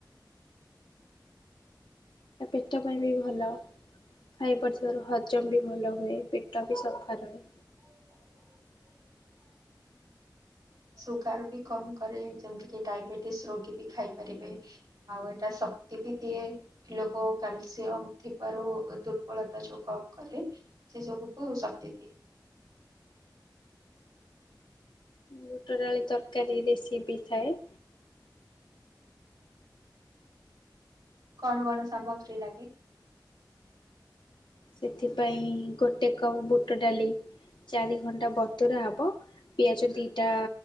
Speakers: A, on the left (about 85°); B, on the right (about 50°).
A: ତା ପେଟ ପାଇଁ ବି ଭଲ। ଖାଇ ପାରୁଥିବାରୁ ହଜମ ବି ଭଲ ହୁଏ ପେଟ ବି ସଫା ରହେ।
B: ସୁଗାର ବି କମ୍ କରେ ଯେମିତି କି ଡାଇବେଟିସ ରୋଗୀ ବି ଖାଇପାରିବେ ଆଉ ଏଇଟା ଶକ୍ତି ବି ଦିଏ ଲୋହ କାଲସିୟମ ଥିବାରୁ ଦୁର୍ବଳତା ଯୋଗ କରେ। ସେ ସବୁକୁ ଶକ୍ତି ଦିଏ।
A: ବୁଟ ଡାଳି ତରକାରୀ ରେସିପି ଥାଏ।
B: କଣ କଣ ସାମଗ୍ରୀ ଲାଗେ?
A: ସେଥିପାଇଁ ଗୋଟେ କପ ବୁଟ ଡାଲି ଚାରି ଘଣ୍ଟା ବତୁରା ହବ। ପିଆଜ ଦିଟା